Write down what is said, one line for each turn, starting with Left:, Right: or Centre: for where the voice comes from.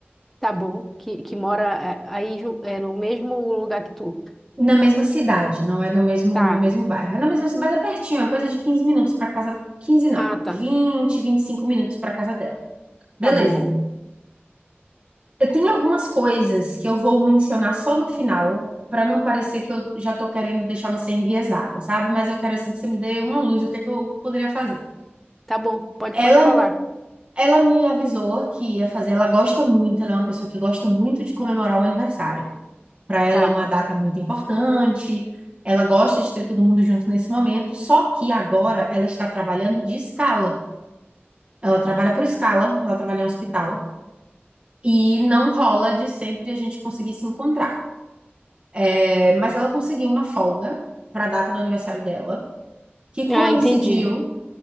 Centre: tá bom, que, que mora é, aí ju- é, no mesmo lugar que tu.
Right: Na mesma cidade, não é no mesmo,
Centre: Tá.
Right: no mesmo bairro. É na mesma cidade, mas é pertinho, é coisa de 15 minutos para casa. 15 não,
Centre: Ah, tá.
Right: vinte, vinte e cinco minutos para casa dela. Beleza.
Centre: Tá bom.
Right: Eu tenho algumas coisas que eu vou mencionar só no final, para não parecer que eu já tô querendo deixar você enviesada, sabe? Mas eu quero assim que você me dê uma luz do que é que eu poderia fazer.
Centre: Tá bom, pode,
Right: Ela
Centre: pode falar.
Right: Ela me avisou que ia fazer, ela gosta muito, ela é uma pessoa que gosta muito de comemorar o aniversário. Para ela
Centre: Tá.
Right: é uma data muito importante, ela gosta de ter todo mundo junto nesse momento, só que agora ela está trabalhando de escala. Ela trabalha por escala, ela trabalha em hospital. E não rola de sempre a gente conseguir se encontrar. É, mas ela conseguiu uma folga para a data do aniversário dela, que coincidiu,
Centre: Ah, entendi.